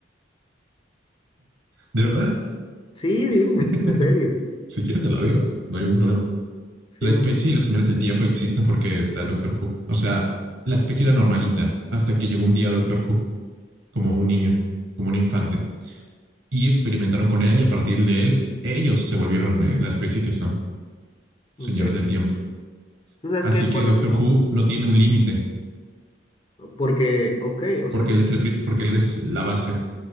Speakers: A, on the right (about 85°); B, on the left (about 30°).
A: De verdad.
B: Sí, dime.
A: <laughs>
B: En serio.
A: si quieres te la vivo, no hay ningún problema.
B: Sí,
A: La
B: dime.
A: especie y los señores del tiempo existen porque está el Doctor Who. O sea, la especie era normalita hasta que llegó un día Doctor Who, como un niño, como un infante, y experimentaron con él y a partir de él ellos se volvieron eh, la especie que son, señores
B: Increíble.
A: del tiempo.
B: ¿Tú sabes
A: Así
B: quién? Por
A: que Doctor
B: lo-
A: Who no tiene un límite
B: Porque, ok, o
A: porque
B: sea,
A: él es el pri- porque él es la base,